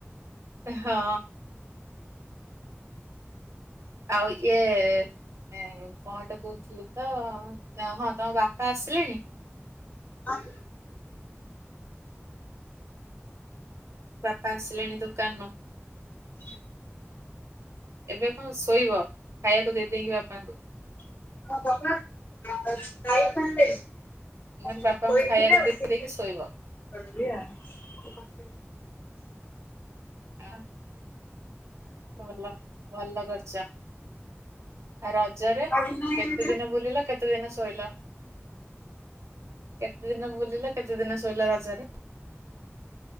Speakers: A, on the right (about 75°); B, on the left (about 40°).
A: ହଁ। ଆଉ ଇଏ କଣଟେ କହୁଥିଲୁ ତ ହଁ ତମ ବା ପା ଆସିଲେଣି?
B: <unintelligible>
A: ବାପା ଆସିଲେଣି ଦୋକାନରୁ?
B: <inaudible>
A: ଏବେ କଣ ଶୋଇବ ଖାଇବାକୁ ଦେଇ ଦେଇକି ବାପାଙ୍କୁ?
B: <unintelligible> ଶୋଇଥିଲେ ଉଠିକି
A: ମୁଁ କହିଲି ବାପାଙ୍କୁ ଖାଇବାକୁ ଦେଇ
B: ଗଲେ
A: ଦେଇକି ଶୋଇବ।
B: ଆ
A: ହଁ ଭଲ ଭଲ କରିଛ ଆ ରଜରେ
B: ମଧୁପୁର
A: କେତେ ଦିନ ବୁଲିଲ କେତେ ଦିନ? ଶୋଇଲ କେତେ ଦିନ ବୁଲିଲ କେତେ ଦିନ ଶୋଇଲ ରଜରେ